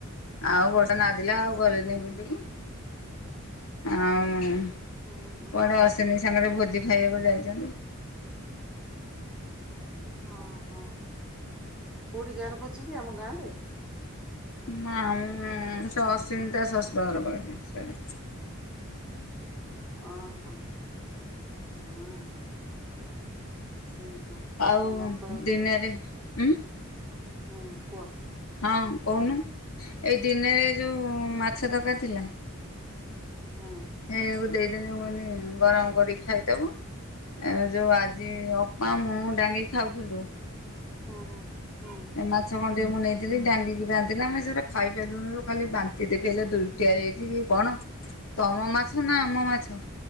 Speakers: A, on the left; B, in the centre.
A: ଆଉ ବର୍ଷା ନାଦିଲା ଆଉ ଗଲେନି
B: ହୁଁ ହୁଁ
A: ବିଲୁକୁ। ଆଉଁ
B: ହୁଁ ହୁଁ ହୁଁ।
A: ପରେ ଅଶନି ସାଙ୍ଗରେ ଭୋଜି ଖାଇବାକୁ ଯାଇଚନ୍ତି‌।
B: ହଁ ହଁ! କୋଉଠି ଗାର ଭୋଜି କିି ଆମ ଗାଁରେ?
A: ନା ମୁଁ ସସିମି ତା ଶଶୁର ଘର କୁଆଡେ ସେଆଡେ।
B: ଓ ହୋ ହୁଁ। ସେଇତ।
A: ଆଉ
B: ତମର ତ ଆହୁରି
A: ଦିନରେ ଉଁ
B: ହୁଁ କୁହ?
A: ହଁ କହୁନୁ ଏଇ ଦିନରେ ଯୋଉ ମାଛ ତର୍କାରି ଥିଲା
B: ହଁ।
A: ଏଁ ଆକୁ ଦେଇଦେନି ମୁ କହିନି ଗରମ୍ କରିକି ଖାଇଦବୁ ଏଣେ ଯୋଉ ଆଜି ଅପା ମୁଁ ଦାଙ୍ଗି ଖାଉଥୁଲୁ
B: ହୁଁ ହୁଁ ହୁଁ।
A: ମାଛ ଖଣ୍ଡିଏ ମୁଁ ନେଇଥିଲି ଡାଙ୍ଗିକି ରାନ୍ଧିଲା ଆମେ ସେଇଠୁ ଖାଇପାଇଲୁନିଲ ଖାଲି ବାନ୍ତି ଦେଖେଇଲା ଦୁ ଟିଆ ହେଇ ଯାଇଛି କି କଣ ତମ ମାଛ ନା ଆମ ମାଛ